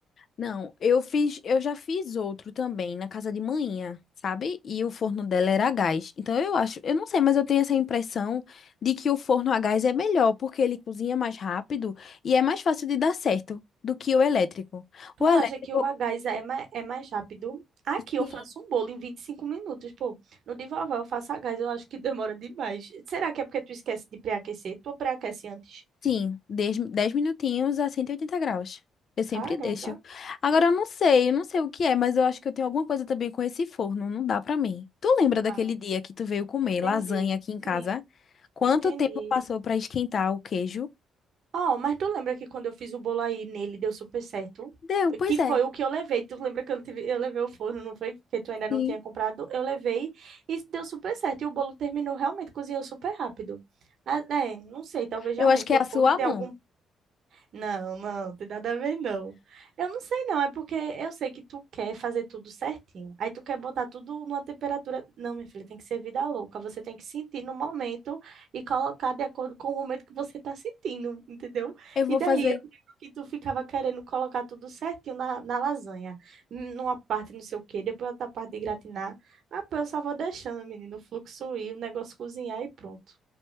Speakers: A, on the left (about 55°); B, on the right (about 65°).
A: Não, eu fiz, eu já fiz outro também na casa de manhã, sabe? E o forno dela era a gás. Então eu acho, eu não sei, mas eu tenho essa impressão de que o forno a gás é melhor, porque ele cozinha mais rápido e é mais fácil de dar certo do que o elétrico.
B: Tu
A: O elétrico,
B: acha que o gás é mais, é mais rápido? Aqui eu
A: sim,
B: faço um bolo em 25 minutos, pô. No de vovó eu faço a gás, eu acho que demora demais. Será que é porque tu esquece de pré-aquecer? Tu pré-aquece antes?
A: Sim, dez dez minutinhos a 180 graus. Eu sempre
B: Caramba.
A: deixo. Agora eu não sei, eu não sei o que é, mas eu acho que eu tenho alguma coisa também com esse forno, não dá pra mim. Tu lembra daquele
B: Ah,
A: dia que tu veio comer
B: entendi.
A: lasanha aqui em casa?
B: Sim,
A: Quanto
B: entendi.
A: tempo passou pra esquentar o queijo?
B: Ó, mas tu lembra que quando eu fiz o bolo aí nele deu super certo?
A: Deu, pois
B: Que foi
A: é.
B: o que eu levei. Tu lembra que eu, tive- eu levei o forno, não foi? Porque tu ainda não
A: Sim.
B: tinha comprado. Eu levei e deu super certo. E o bolo terminou realmente, cozinhou super rápido. Ah, é, não sei, talvez realmente
A: Eu acho que é
B: o forno
A: a sua
B: tenha
A: mão.
B: algum não, não, tem nada a ver, não. Eu não sei, não. É porque eu sei que tu quer fazer tudo certinho. Aí tu quer botar tudo numa temperatura. Não, minha filha, tem que ser vida louca. Você tem que sentir no momento e colocar de acordo com o momento que você tá sentindo, entendeu?
A: Eu vou
B: E daí
A: fazer.
B: eu lembro que tu ficava querendo colocar tudo certinho na, na lasanha. N- Numa parte não sei o quê, depois outra parte de gratinar. Ah, pô, eu só vou deixando, menino, o fluxo ir, o negócio cozinhar e pronto.